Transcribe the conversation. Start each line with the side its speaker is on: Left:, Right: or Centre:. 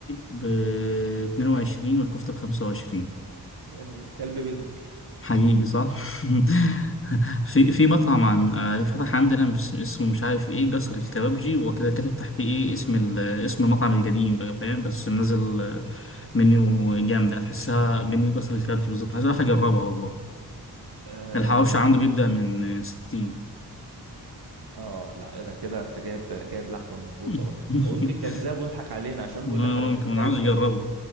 Left: ب 22 والكفتة ب 25
Right: يعني كلب بيتبول
Left: حقيقي صح؟ <laughs> في في مطعم عن آه، فتح عندنا بس- اسمه مش عارف ايه جسر الكبابجي وكده كاتب تحتيه ايه اسم ال- اسم المطعم القديم بقى فاهم بس منزل آه، منيو جامدة تحسها منيو جسر الكبابجي بالظبط عايز أروح أجربها والله
Right: اه
Left: الحواوشي عنده بيبدأ من آه، 60
Right: آه، لا اذا كده انت جايب جايب لحمه مظبوطه
Left: <laughs>
Right: بقى او يمكن كذاب ويضحك علينا عشان
Left: ممكن
Right: بيقول لك على فكره
Left: أنا عاوز
Right: ال...
Left: أجربه